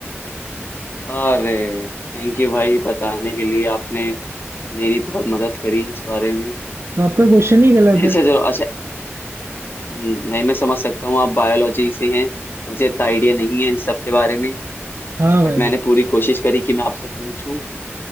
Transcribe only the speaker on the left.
अरे थैंक यू भाई बताने के लिए आपने मेरी बहुत मदद करी इस बारे में
नहीं
अच्छा चलो अच्छा हम्म, नहीं मैं समझ सकता हूँ आप बायोलॉजी से हैं मुझे इतना आइडिया नहीं है इन सब के बारे में
बट
मैंने पूरी कोशिश करी कि मैं आपसे पूछूं